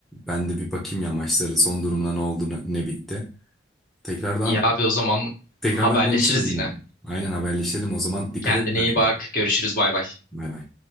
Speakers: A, in the centre; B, on the left (about 50°).
A: ben de bir bakayım ya maçları son durumuna ne oldu ne ne bitti. Tekrardan
B: İyi abi o zaman
A: tekrardan
B: haberleşiriz
A: konuşuruz yine.
B: yine.
A: Aynen haberleşelim o zaman dikkat
B: Kendine
A: et kendine.
B: iyi bak. Görüşürüz bay bay.
A: Bay bay.